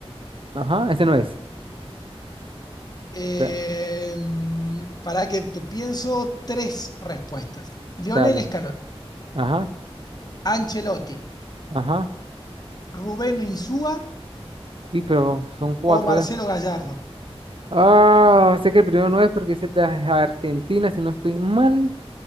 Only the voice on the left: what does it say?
Eh,
para que te pienso tres respuestas. Lionel
Scaloni,
Ancelotti,
Rubén Insúa
o Marcelo
Gallardo.